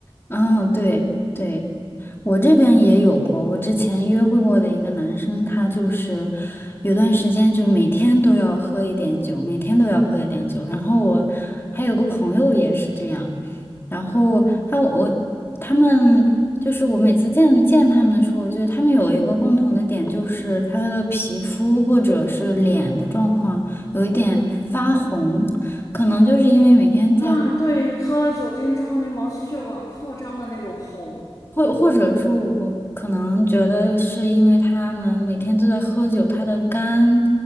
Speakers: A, on the left; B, on the left.
A: 嗯，对对，我这边也有过，我之前约会过的一个男生，他就是有段时间就每天都要喝一点酒，每天都要喝一点酒。然后我还有个朋友也是这样，然后他我我他们就是我每次见见他们的时候，就是他们有一个共同的点，就是他的皮肤或者是脸的状况有一点发红，可能就是因为每天在
B: 啊，对，喝了酒精之后那毛细血管扩张的那种红。
A: 或或者说，我可能觉得是因为他们每天都在喝酒，他的肝